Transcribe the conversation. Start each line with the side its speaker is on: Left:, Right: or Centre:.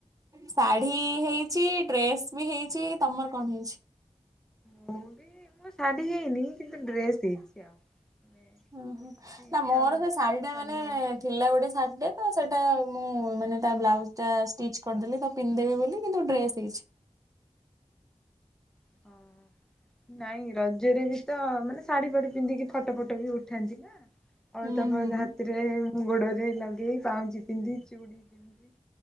Right: ଶାଢୀ ହେଇଛି ଡ୍ରେସ୍ ବି ହେଇଛି ତମର କଣ ହେଇଛି?
Centre: ମୋ ବି ଏଥର ଶାଢୀ ହେଇନି କିନ୍ତୁ ଡ୍ରେସ ହେଇଛି ଆଉ ମାନେ
Right: ହୁଁ
Centre: କୁର୍ତ୍ତି
Right: ହୁଁ ନା ମୋର
Centre: ଆଉ
Right: ସେ ଶାଢୀ ଟା
Centre: ସାଲୱାର
Right: ମାନେ ଥିଲା ଗୋଟେ ଶାଢଟୀଟେ ତ ସେଇଟା ମୁଁ ମାନେ ତା ବ୍ଲାଉଜ ଟା ଷ୍ଟିଚ୍ କରିଦେଲି ତ ପିନ୍ଧେି ବୋଲି କିନ୍ତୁ ଡ୍ରେସ ହେଇଛି
Centre: ହଁ ନାଇଁ ରଜରେ ବି ତ ମାନେ ଶାଢୀ ଫାଢି ପିନ୍ଧିକି ଫଟୋ ଫଟ ବି ଉଠାନ୍ତି ନା ଅଳତା
Right: ହୁଁ
Centre: ଫଳତା
Right: ହୁଁ।
Centre: ହାତରେ ମୁଁ ଗୋଡରେ ଲଗେଇ ପାଉଁଜି ପିନ୍ଧି ଚୁଡି ପିନ୍ଧି